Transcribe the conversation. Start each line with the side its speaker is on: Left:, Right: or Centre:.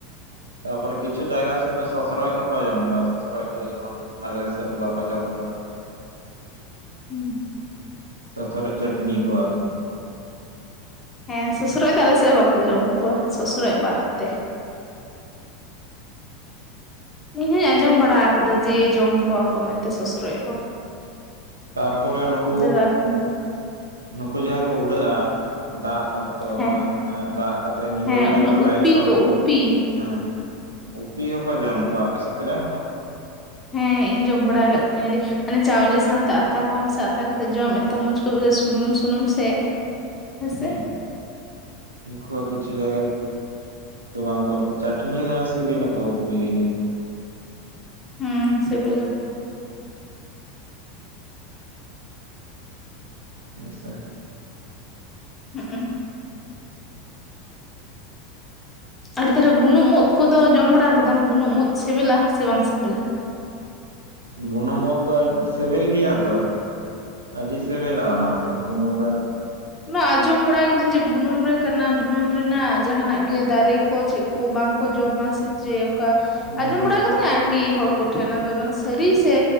Right: ᱛᱟᱯᱚᱨᱮ ᱠᱤᱪᱷᱩ ᱡᱟᱭᱜᱟ ᱥᱮᱫ ᱫᱚ ᱥᱚᱥᱚᱨᱚᱡ ᱦᱚᱠᱚ ᱡᱚᱢ ᱠᱚᱣᱟ ᱥᱚᱥᱚᱨᱚᱡ ᱫᱚ ᱡᱮᱢᱚᱱ, ᱟᱞᱮ ᱥᱮᱫ ᱫᱚ ᱵᱟᱠᱚ ᱡᱚᱢ ᱠᱚᱣᱟ,
Left: ᱦᱩᱸ
Right: ᱥᱚᱥᱨᱚᱡ ᱪᱟᱹᱴᱱᱤ ᱠᱚᱣᱟ ᱠᱚ,
Left: ᱦᱮᱸ ᱥᱚᱥᱨᱚᱡ ᱫᱚ ᱟᱞᱮ ᱥᱮᱜ ᱦᱚᱸ ᱵᱟᱠᱚ ᱡᱚᱢ ᱠᱚᱣᱟ ᱥᱚᱥᱨᱚᱡ ᱵᱟᱫ ᱛᱮ᱾ ᱤᱧᱦᱚᱸᱧ ᱟᱸᱡᱚᱢ ᱵᱟᱲᱟᱣ ᱠᱟᱫᱟ ᱡᱮ, ᱡᱚᱢ ᱠᱚᱣᱟ ᱠᱚ ᱢᱮᱱ ᱛᱮ ᱥᱚᱥᱨᱚᱡ ᱦᱚ᱾
Right: ᱛᱟᱨᱯᱚᱨᱮ ᱱᱩᱠᱩ
Left: ᱫᱚ ᱟᱨ ᱡᱚᱢ
Right: ᱱᱩᱠᱩ ᱡᱟᱦᱟᱸᱭ ᱠᱚ ᱩᱰᱟᱹᱜᱼᱟ ᱫᱟᱜ ᱚᱠᱛᱚ
Left: ᱦᱮᱸ
Right: ᱜᱮ ᱮᱸ ᱫᱟᱜ ᱠᱟᱛ ᱛᱮ ᱧᱤᱫᱟᱹ
Left: ᱦᱮᱸ
Right: ᱵᱮᱲᱟ
Left: ᱩᱱᱟᱹᱜ
Right: ᱡᱚᱠᱷᱚᱱ ᱞᱟᱭᱤᱰ
Left: ᱩᱯᱤ
Right: ᱠᱚᱢ
Left: ᱛᱚ ᱩᱯᱤ
Right: ᱦᱮᱸ ᱩᱯᱤ ᱦᱚᱸ ᱠᱚ ᱡᱚᱢ ᱠᱚᱣᱟ, ᱟᱯᱮ ᱥᱮᱜ? ᱠᱚ ᱡᱚᱢ ᱠᱚᱣᱟ?
Left: ᱦᱮᱸ ᱤᱧ ᱡᱚᱢ ᱵᱟᱲᱟᱣ ᱠᱟᱜ ᱠᱚᱣᱟᱹᱧ ᱟᱹᱰᱤ ᱦᱟᱱᱮ ᱪᱟᱣᱞᱮ ᱥᱟᱱᱛᱮ ᱟᱛᱟ ᱠᱚᱢ ᱥᱮ ᱟᱛᱟ ᱠᱟᱛᱮᱜ ᱡᱚᱢ ᱮᱛᱚ ᱢᱚᱡᱽ ᱠᱚ ᱵᱩᱡᱷᱟᱹᱜᱼᱟ ᱥᱩᱱᱩᱢ ᱥᱩᱱᱩᱢ ᱥᱮ᱾ ᱦᱮᱸ ᱥᱮ?
Right: ᱦᱩᱸ ᱩᱱᱠᱩ ᱦᱚᱸ ᱠᱤᱪᱷᱩ ᱡᱟᱭᱜᱟ ᱵᱟᱝ ᱠᱚ ᱪᱟᱴᱱᱤ ᱦᱚᱸ ᱥᱤᱵᱤᱞ ᱟᱠᱚ ᱠᱚ ᱩᱯᱤ ᱜᱤ-
Left: ᱦᱩᱸ ᱥᱮᱵᱮᱞᱟ ᱠᱚ᱾
Right: ᱦᱮᱸᱥᱮ
Left: ᱦᱩᱸᱜᱼᱩ ᱟᱨ ᱛᱟᱦᱞᱮ ᱵᱩᱱᱩᱢ ᱩᱫ ᱠᱚᱫᱚ ᱡᱚᱢ ᱵᱟᱲᱟ ᱠᱟᱫᱟᱢ ᱵᱩᱱᱩᱢ ᱩᱫ ᱥᱤᱵᱤᱞᱟ ᱥᱮ ᱵᱟᱝ ᱥᱤᱵᱤᱞᱟ?
Right: ᱵᱩᱱᱩᱢ ᱩᱫᱽ ᱫᱚ ᱥᱤᱵᱤᱞ ᱜᱮᱭᱟ ᱛᱚ᱾ ᱟᱹᱰᱤ ᱥᱮᱵᱮᱞᱟ ᱚᱱᱟ ᱫᱚ ᱵᱩᱱᱩᱢ ᱨᱮᱱ
Left: ᱵᱟ ᱟᱸᱡᱚᱢ ᱵᱟᱲᱟᱣ ᱠᱟᱹᱫᱟᱹᱧ ᱡᱮ ᱵᱩᱱᱩᱢ ᱨᱮ ᱠᱟᱱᱟ ᱵᱩᱱᱩᱢ ᱨᱮᱱᱟᱜ ᱡᱟᱦᱱᱟᱜ ᱜᱮ ᱫᱟᱨᱮ ᱠᱚ ᱪᱮᱜ ᱠᱚ ᱵᱟᱝᱠᱚ ᱡᱚᱢᱟ ᱥᱮ ᱪᱮ ᱚᱝᱠᱟ
Right: ᱦᱩᱸ
Left: ᱟᱸᱡᱚᱢ ᱵᱟᱲᱟᱣ ᱠᱟᱹᱫᱟᱹᱧ ᱟᱨᱠᱤ ᱦᱚᱲ ᱠᱚᱴᱷᱮᱱ ᱟᱫᱚ ᱚᱱᱟ ᱫᱚ ᱥᱟᱹᱨᱤ ᱥᱮ